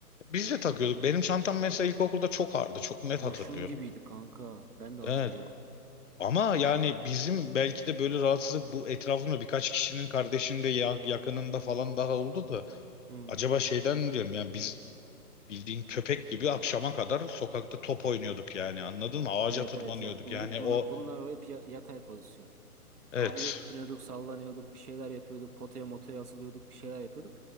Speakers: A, on the left; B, on the right.
A: Biz
B: Ee,
A: de takıyorduk. Benim çantam mesela ilkokulda çok ağırdı. Çok net
B: kurşun
A: hatırlıyorum.
B: gibiydi kanka ben de hatırlıyorum.
A: Evet. Ama yani bizim belki de böyle rahatsızlık bu etrafımda birkaç kişinin kardeşinde ya- yakınında falan daha oldu da
B: Hmm.
A: acaba şeyden mi diyorum yani biz bildiğin köpek gibi akşama kadar sokakta top oynuyorduk yani anladın mı? Ağaca
B: Evet
A: tırmanıyorduk
B: evet yatmıyorduk.
A: yani
B: Bunlar,
A: o
B: bunlar o hep ya- yatay pozisyon.
A: evet
B: Ağaca tutunuyorduk, sallanıyorduk, bir şeyler yapıyorduk, potaya motaya asılıyorduk, bir şeyler yapıyorduk.